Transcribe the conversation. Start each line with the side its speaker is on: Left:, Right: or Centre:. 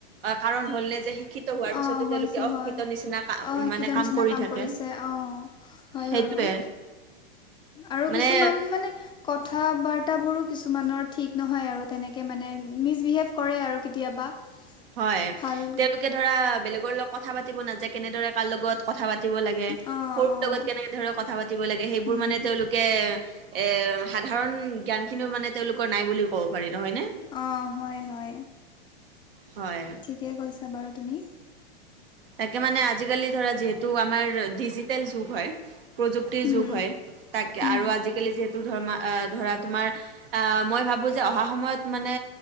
Right: কাৰণ হ'ল নে যে শিক্ষিত হোৱাৰ পিছতো
Left: অ' হৈছে
Right: তেওঁলোকে অশিক্ষিত
Left: হয়,
Right: নিচিনা কা
Left: অশিক্ষিত
Right: মানে
Left: নিচিনা
Right: কৰি
Left: কাম
Right: থাকে
Left: কৰিছে, অ'। হয়
Right: সেইটোয়ে
Left: বাৰু, আৰু
Right: মানে
Left: কিছুমান মানে কথা বাৰ ৰ্তাবোৰো কিছুমানৰ ঠিক নহয়। আৰু তেনেকৈ মানে মিছবিহেভ কৰে আৰু কেতিয়াবা।
Right: হয়।
Left: ভাল
Right: তেওঁলোকে ধৰা বেলেগৰ লগত কথা পাতিব নাযায়, কেনেদৰে কাৰ লগত- কথা পাতিব লাগে,
Left: অঁ
Right: সৰুৰ
Left: অঁ
Right: লগত কেনে ধৰনে কথা পাতিব লাগে, সেইবোৰ
Left: উম
Right: মানে তেওঁলো- কে এ সাধাৰণ জ্ঞান খিনিও মানে তেওঁলোকৰ নাই বুলি ক'ব পাৰি। নহয় নে?
Left: অ' হয় হয়।
Right: হয়।
Left: ঠিকে কৈছা বাৰু তুমি।
Right: তাকে মানে আজিকালি ধৰা যিহেতু আমাৰ ডিজিটেল যুগ হয়। প্ৰযুক্তিৰ
Left: উম
Right: যুগ হয়, তাকে
Left: উম
Right: আৰু আজিকালি যিহেতু ধৰ ধৰা তোমাৰ- আ' মই ভাবোঁ যে অহা সময়ত মানে